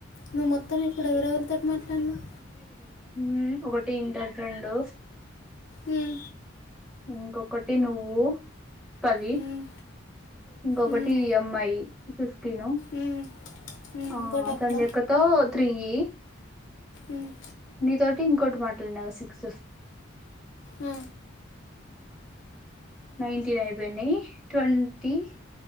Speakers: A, on the left; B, in the centre.
A: నువ్వు
B: <unintelligible>
A: మొత్తం ఇప్పుడు ఎవరెవరితో మాట్లాడినావు
B: ఉమ్మ్ ఒకటి ఇంటర్ ఫ్రెండు,
A: మ్,
B: ఇంకొకటి నువ్వు పది
A: మ్,
B: ఇంకొకటి
A: మ్,
B: ఈ యమ్ ఐ ఫిఫ్టీను
A: మ్, మ్, ఇంకోటి
B: ఆ
A: అక్క
B: సంధ్యయక్కతో త్రీ య్
A: మ్,
B: నీతోటి ఇంకోటి మాట్లాడినా కదా సిక్స్
A: ఆ,
B: నైన్టీన్ అయిపోయినాయి ట్వంటీ